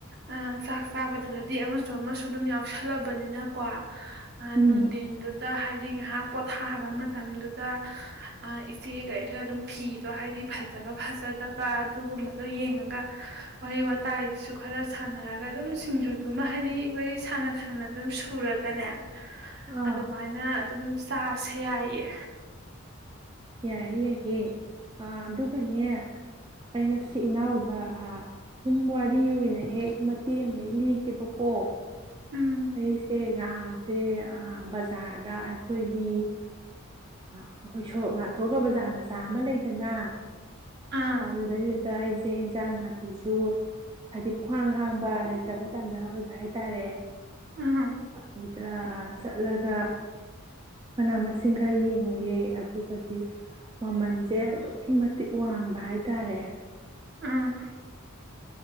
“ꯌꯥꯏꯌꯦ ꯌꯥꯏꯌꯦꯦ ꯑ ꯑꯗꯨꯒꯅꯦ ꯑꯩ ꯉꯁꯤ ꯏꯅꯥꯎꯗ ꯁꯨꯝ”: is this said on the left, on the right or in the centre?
Right